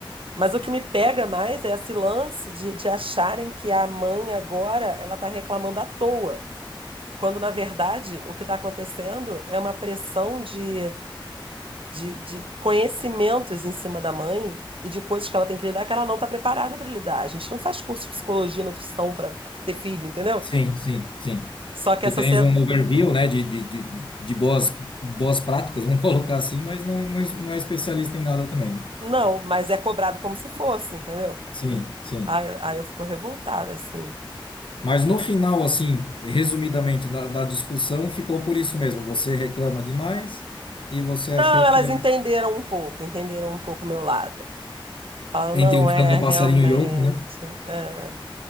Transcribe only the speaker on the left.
Sim, sim, sim.
Tu
tens um overview, né, de, de, de, de de boas, boas práticas, <laughs> vamos colocar assim, mas não, não, es- não é especialista em nada também, né?
Sim, sim.
Mas no
final, assim, resumidamente, da, da discussão, ficou por isso mesmo. Você reclama demais e você achou
que
entre
um frango
passarinho
e outro, né?